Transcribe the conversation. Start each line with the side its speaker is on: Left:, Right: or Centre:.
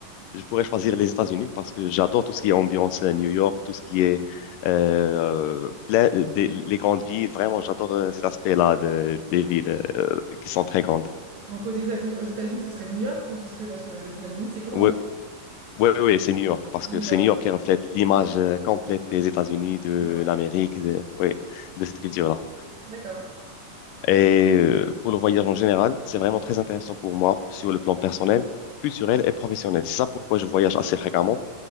Left: je pourrais choisir les États-Unis parce que j'adore tout ce qui est ambiance à New York, tout ce qui est euh, plein des- les grandes villes. Vraiment, j'adore euh, cet aspect-là de, des villes euh, qui sont très grandes.
Right: Donc aux États- aux États-Unis, ce serait New York ou ce serait parce que les États-Unis, c'est grand,
Left: Oui,
Right: hein?
Left: oui, oui, c'est New York parce
Right: New
Left: que c'est
Right: York.
Left: New York qui reflète l'image euh, complète des États-Unis, de
Right: Ouais.
Left: l'Amérique, de, oui, de cette culture-là.
Right: D'accord.
Left: Et euh, pour le voyage en général, c'est vraiment très intéressant pour moi sur le plan personnel, culturel et professionnel. C'est ça pourquoi je voyage assez fréquemment